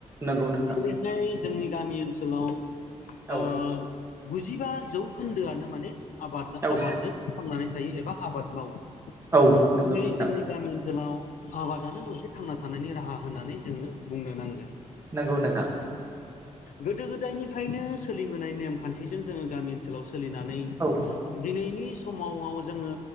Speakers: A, on the right; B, on the left.
A: नंगौ नोंथां।
B: बेहाय जोंनि गामि ओनसोलाव ओ
A: औ
B: गुजिबा जौखोन्दोआनो माने आबाद
A: औ
B: आबादजों थांनानै थायो एबा आबाद मावो।
A: औ नंगौ
B: दिनै
A: नोंथां
B: जोंनि गामि ओनसोलाव आबादानो मोनसे थांना थानायनि राहा होननानै जोङो बुंनो नांगोन।
A: नंगौ नोंथां।
B: गोदो गोदायनिफ्रायनो सोलिबोनाय नेमखान्थिजों जोङो गामि ओनसोलाव सोलिनानै
A: औ
B: दिनैनि समाव वाव जोङो